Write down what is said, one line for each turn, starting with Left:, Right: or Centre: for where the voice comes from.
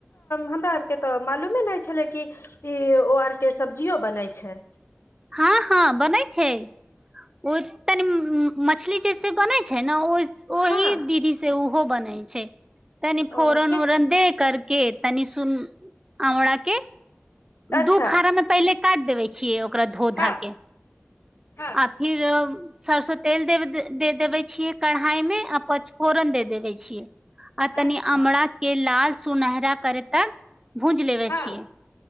Left: हमरा आर त मालू नहि छलर के सब्जियो बनै छै।
Right: हँ हँ बनै छै। ओ तनी मछली जेस बनै छै। ने ओ ओही
Left: हँ
Right: चिज से ओहो बने छे तनी फोरन
Left: ओके
Right: उरन दे कर के तनी सुन आमराा के
Left: अच्छा
Right: दु खारामें पहिले काट देबे छिये ओकरा धो
Left: हँ
Right: धा के
Left: हँ
Right: आ खिर सरस्वती तेल दे दे देबे छिये कढ़ाइ मे आ पचफोरन दे देबे छिये आ तनि
Left: अच्छा
Right: आमरा के लाल सुनहरा करे तक भूज लेबे
Left: हँ
Right: छिये